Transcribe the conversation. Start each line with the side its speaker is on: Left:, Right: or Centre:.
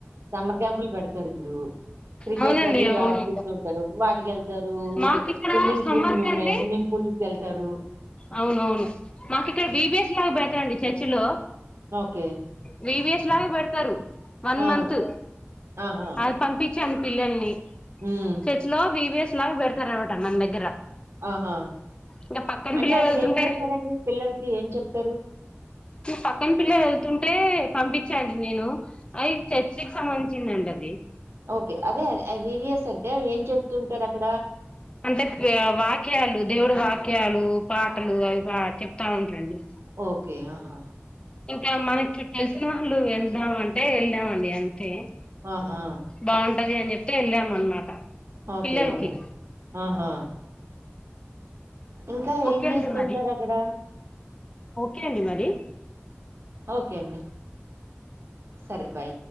Right: సమ్మర్ క్యాంపులు పెడతారు ఇప్పుడు క్రికెట్
Left: అవునండి
Right: అవి
Left: అవును
Right: ఆడిపిస్తంటారు వాటికి వెళ్తారు
Left: మాకు ఇక్కడ
Right: స్విమ్మింగ్
Left: సమ్మర్
Right: పూల్
Left: కంటే
Right: ఉన్నాయి స్విమ్మింగ్ పూల్ కి వెళ్తారు
Left: అవునవును మాకు ఇక్కడ బి బి ఎస్ లాగా పెడతారు అంతే అండి చర్చి లో
Right: ఓకే
Left: వి వి ఎస్ ఇలాగే పెడతారు వన్
Right: ఆ!
Left: మంత్
Right: ఆహా!
Left: అది పంపించను పిల్లల్ని
Right: హ్మ్.
Left: చర్చిలో వీవియస్ <unintelligible> స్తారవట మన దగ్గర
Right: ఆహా!
Left: ఇంకా పక్కన
Right: అంటే
Left: పిల్లలు
Right: అక్కడ
Left: వెళ్తుంటే
Right: ఏం చేస్తారండి? పిల్లలకి ఏం చెప్తారు?
Left: పక్కన పిల్లలు వెళ్తుంటే పంపించండి నేను అది చర్చికి సంబంధించిందండి అది
Right: ఓకే అదే వివిఎస్ అంటే ఏం చెప్తుంటారు అక్కడ
Left: అంటే వాక్యాలు దేవుడు వాక్యాలు పాటలు అవి బా చెప్తా ఉంటరండి
Right: ఓకే ఆహా
Left: ఇంకా మనకి తెలిసిన వాళ్ళు వెళ్దాం అంటే వెళ్దామండి అంతే
Right: ఆహా!
Left: బాగుంటది అని చెప్ప ఇటే వెళ్ళాము అన్నమాట
Right: ఓకే.
Left: పిల్లలకి
Right: ఓకే. ఆహా ఇంకా
Left: ఓకే
Right: ఏం చేస్తుంటారు
Left: అండి మరి
Right: అక్కడ
Left: ఓకే అండి మరి
Right: ఓకే అండి సరే బై